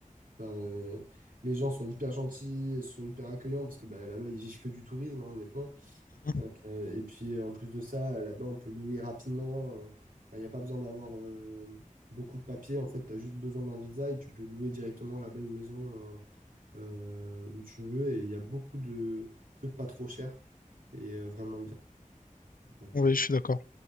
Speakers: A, on the right; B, on the left.
A: enfin, euh, les gens sont hyper gentils, ils sont hyper accueillants parce que bah, là-bas ils vivent que du tourisme, hein, honnêtement.
B: Mhm.
A: Euh, et puis euh, en plus de ça, là-bas on peut louer rapidement. euh, enfin, Il n'y a pas besoin d'avoir euh, beaucoup de papiers. En fait, tu as juste besoin d'un visa et tu peux louer directement là-bas une maison. euh, euh, où tu veux et il y a beaucoup de trucs pas trop chers et euh, vraiment bien. Donc,
B: Oui,
A: euh,
B: je suis d'accord.